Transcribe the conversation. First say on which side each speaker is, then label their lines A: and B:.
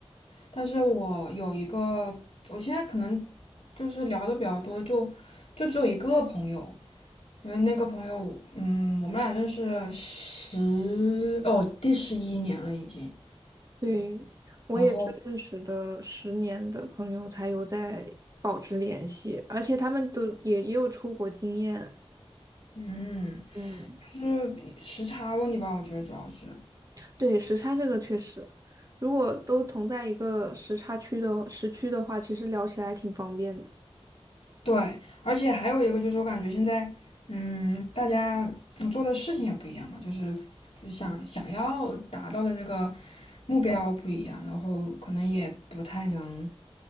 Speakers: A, on the left; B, on the right.
A: 但是我有一个，我现在可能就是聊的比较多，的，就就只有一个朋友，因为那个朋友，嗯，我们俩认识十，哦，第十一年了已经，
B: 对，我也是认识的十年的朋友才有在保持联系，
A: 然后，
B: 而且他们都也也有出国经验。
A: 嗯，
B: 嗯，
A: 就是时差问题吧，我觉得主要是。
B: 对，时差这个确实，如果都同在一个时差区的时区的话，其实聊起来挺方便的。
A: 对，而且还有一个就是，我感觉现在，嗯，大家嗯做的事情也不一样嘛，就是就想想要达到的这个目标不一样，然后可能也不太能